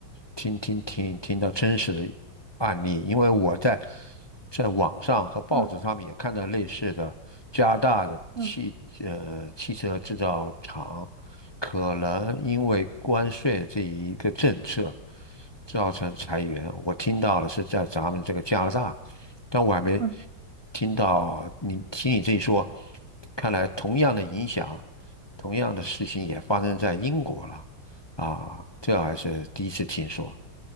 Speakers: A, on the left; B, on the right.
A: 听听听听到真实的案例，因为我在在网上和报纸上面也看到类似的，
B: 嗯
A: 加拿大的汽呃汽车制造厂
B: 嗯
A: 可能因为关税这一个政策造成裁员，我听到的是在咱们这个加拿大，但我还没
B: 嗯。
A: 听到你听你这一说，看来同样的影响，同样的事情也发生在英国了。啊，这还是第一次听说